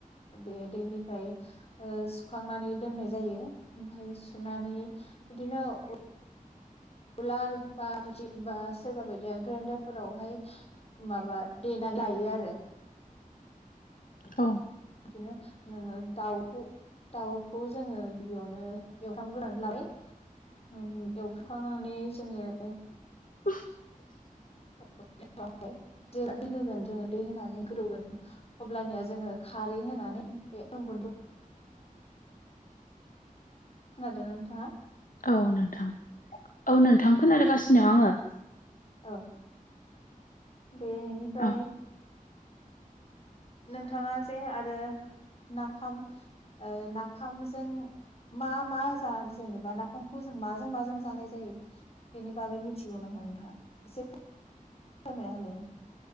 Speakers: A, on the left; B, on the left.
A: बे दैनिफ्राय ओ‌‌ सुखांनानै दोननाय जायो ओमफाय सुनानै बिदिनो अ उलार बा दिंखि बा सोरबा बायदिया ग्रेइन्दारफोरावहाय माबा देनानै लायो आरो
B: औ
A: बिदिनो नोङो दाउखौ दाउखौ जोङो गिबियावनो एवफ्रामग्रोनानै लाबाय उम एवखांनानै जोङो
B: <inaudible>
A: <unintelligible> जेला दै होगोन जोङो दै होनानै गोदौगोन अब्लानिया जोङो खारै होनानै बे अन <unintelligible> <unintelligible> खोनादों ना नोंथाङा
B: औ नोंथां औ नोंथां <unintelligible> नो आङो
A: औ बेनिफ्राय
B: औ
A: नोंथाङा जे आरो नाफाम ओ नाफामजों मा मा जा जेनेबा नाफामखौ जों माजों माजों जानाय जायो बेनि बागै मिथिगौ नामा नोंथाङा एसे फोरमायना होलाय